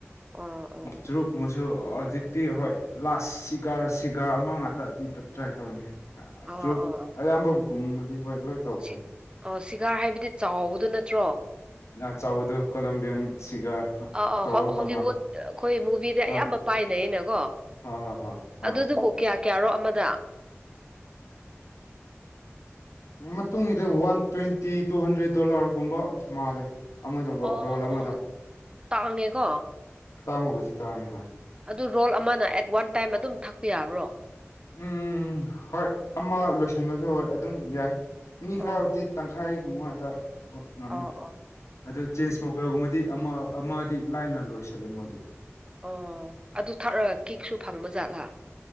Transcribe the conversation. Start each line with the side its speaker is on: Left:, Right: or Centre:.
Right: ꯑꯣ ꯑꯣ
Left: ꯆꯨꯔꯨꯞꯛꯀꯨꯝꯕꯁꯨ ꯍꯧꯖꯤꯛꯇꯤ ꯍꯣꯏ ꯂꯥꯁ ꯁꯤꯒꯔ ꯁꯤꯒꯔ ꯑꯃ ꯉꯥꯛꯇ ꯄꯤꯄ ꯇ꯭ꯔꯥꯏ ꯇꯧꯅꯤ ꯑꯁꯨ
Right: ꯑꯣ ꯑꯥ ꯑꯥ
Left: ꯑꯌꯥꯝꯕꯕꯨ ꯀꯨꯝꯕꯗꯤ ꯍꯣꯏ ꯂꯣꯏ ꯇꯧꯈ꯭ꯔꯦ
Right: ꯁꯤ ꯑ ꯁꯤꯒꯥꯔ ꯍꯥꯏꯕꯗꯤ ꯆꯥꯎꯕꯗꯨ ꯅꯠꯇ꯭ꯔꯣ
Left: ꯑꯆꯧꯕꯗꯣ ꯀꯣꯂꯝꯕꯤꯌꯥꯟ ꯁꯤꯒꯥꯔ
Right: ꯑ
Left: ꯆꯥꯎꯔꯒ
Right: ꯍꯣꯂꯤꯋꯨꯗ
Left: ꯍꯣꯏ
Right: ꯑꯩꯈꯣꯏ ꯃꯨꯚꯗ ꯑꯌꯥꯝꯕ
Left: ꯑꯥ
Right: ꯄꯥꯏꯅꯅꯀꯣ
Left: ꯍꯣꯏ ꯍꯣꯏ ꯍꯣꯏ ꯍꯣꯏ
Right: ꯑꯗꯨꯗꯨꯕꯨ ꯀꯌꯥ ꯀꯌꯥꯔꯣ ꯑꯃꯗ
Left: ꯎ ꯃꯇꯨꯡ ꯏꯂ ꯋꯥꯟ ꯇ꯭ꯋꯦꯟꯇꯤ ꯇꯨ ꯍꯟꯗ꯭ꯔꯦꯠ ꯗꯣꯂꯔꯒꯨꯝꯕ ꯃꯥꯜꯂꯦ ꯑꯃꯗꯀꯣ
Right: ꯑꯣ
Left: ꯔꯣꯜ ꯑꯃꯗ
Right: ꯑꯣ ꯇꯥꯡꯉꯦꯀꯣ
Left: ꯇꯥꯡꯕꯕꯨꯗꯤ ꯇꯥꯡꯉꯦ ꯍꯣꯏ
Right: ꯑꯗꯨ ꯔꯣꯜ ꯑꯃꯅ ꯑꯦꯠ ꯋꯥꯟ ꯇꯥꯏꯝ ꯑꯗꯨꯝ ꯊꯛꯄ ꯌꯥꯕ꯭ꯔꯣ
Left: ꯎꯝ ꯍꯣꯏ ꯑꯃ ꯂꯣꯏꯁꯤꯟꯕꯁꯨ ꯍꯣꯏ ꯑꯗꯨꯝ ꯌꯥꯏ ꯃꯤ
Right: ꯑꯣ
Left: ꯈꯔꯕꯨꯥꯎꯗꯤ ꯇꯪꯈꯥꯏ ꯃ ꯉꯥꯛꯇ ꯉꯝꯃꯦ
Right: ꯑꯣ ꯑꯣ
Left: ꯑꯗꯨ ꯆꯦꯟꯖꯃꯨ ꯀꯔꯤꯒꯨꯝꯕꯗꯤ ꯑꯃ ꯑꯃꯗꯤ ꯂꯥꯏꯅ ꯂꯣꯏꯁꯤꯜꯂꯦ ꯃꯣꯏꯗꯤ
Right: ꯑꯣ ꯑꯗꯨ ꯊꯛꯑꯒ ꯀꯦꯛꯁꯨ ꯐꯪꯕ ꯥꯠꯂꯥ